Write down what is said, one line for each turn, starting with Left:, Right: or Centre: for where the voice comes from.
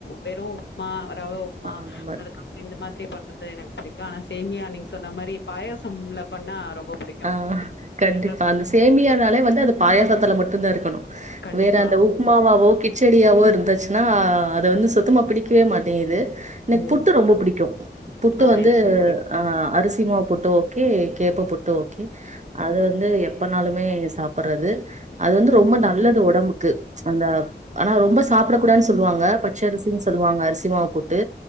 Left: வெறு வெறும் உப்மா ரவா உப்மா
Right: ஆ அந்த மாரி
Left: அதுக்கப்பறோ இந்த மாதிரி பண்றது எனக்கு புடிக்கும் ஆனா சேமியா நீங் ங்ங சொன்ன மாரி பாயசம்ல பண்ணா ரொம்ப புடிக்கு
Right: ஆ ஆ கண்டிப்பா
Left: சக்கர
Right: அந்த சேமியானாலே வந்து அது பாயசத்துல மட்டுந்தா இருக்கணு
Left: கண்டிப்பா
Right: வேற அந்த உப்புமாவாவோ
Left: ம்
Right: கிச் கிச்செடியாவோ இருந்துச்சுனா அது வந்து சுத்தமா பிடிக்கவே மாட்டேங்கிது எனக்கு புட்டு
Left: ம்
Right: ரொம்ப புடிக்கும் புட்டு
Left: ஆ
Right: வந்து
Left: எனக்கும் புடிக்கு
Right: ஆ அரிசி அரிசிமா புட்டு ஓகே கேப்ப புட் த்து ஓகே அது வந்து எப்பனாலுமே சாப்புட்றது அது வந்து ரொம்ப நல்லது ஒடம்புக்கு க்கு அந்த ஆனா ரொம்ப சாப்புடக் கூடாதுன் சொல்லுவாங்க பச்சரிசி சொல்லுவாங்க அரிசி மாவு புட்டு